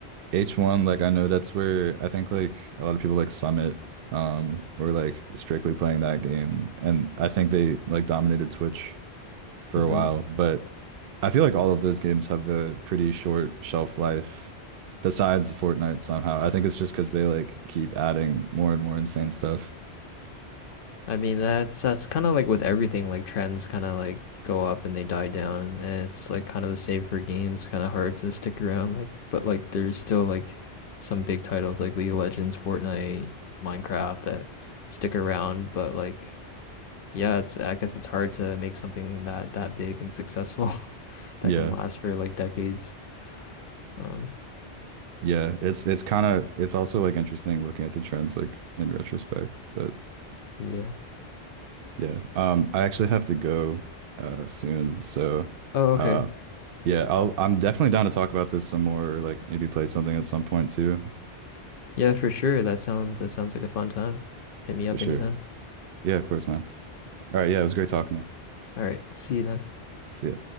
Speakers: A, on the right; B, on the left.
A: H1 like I know that's where I think like a lot of people like Summit um were like strictly playing that game and I think they like dominated Twitch for
B: hmm
A: a while, but I feel like all of those games have a pretty short shelf life besides Fortnite somehow. I think it's just because they like keep adding more and more insane stuff.
B: I mean that's that's kind of like with everything like trends kind of like go up and they die down and it's like kind of the same for games, kind of hard to stick around like but like there's still like some big titles like League of Legends, Fortnite, Minecraft that stick around but like Yeah, it's I guess it's hard to make something that that big and successful <laughs> that
A: Yeah.
B: can last for like decades. Um,
A: Yeah, it's it's kind of it's also like interesting looking at the trends like in retrospect. But
B: yeah.
A: yeah, um, I actually have to go uh soon. So
B: Oh,
A: uh
B: okay.
A: yeah, I'll I'm definitely down to talk about this some more or like maybe play something at some point too,
B: Yeah, for sure. That sounds that sounds like a fun time. Hit me up
A: for sure.
B: anytime.
A: Yeah, of course, man. All right, yeah, it was great talking to you.
B: All right. See you then.
A: See ya.